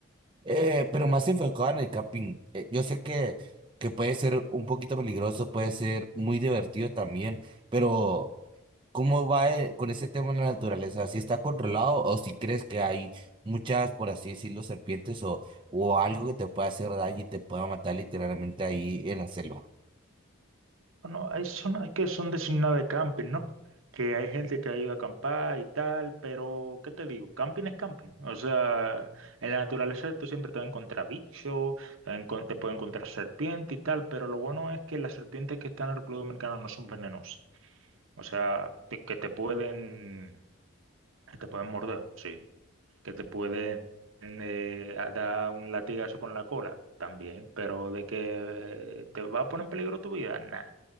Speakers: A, on the right; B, on the right.
A: eh, pero más enfocado en el camping. Eh, yo sé que, que puede ser un poquito peligroso, puede ser muy divertido también, pero... ¿Cómo va eh, con ese tema de la naturaleza? ¿Si está controlado o si crees que hay muchas, por así decirlo, serpientes o, o algo que te pueda hacer daño y te pueda matar literalmente ahí en la selva?
B: Bueno, hay zonas que son designadas de camping, ¿no? Que hay gente que ha ido a acampar y tal, pero ¿qué te digo? Camping es camping. O sea, en la naturaleza tú siempre te vas a encontrar bichos, te, vas a encon- te puedes encontrar serpiente y tal, pero lo bueno es que las serpientes que están en la República Dominicana no son venenosas. O sea, te- que te pueden, que te pueden morder, sí. Que te pueden eh, dar un latigazo con la cola también, pero de que te va a poner en peligro tu vida, nah.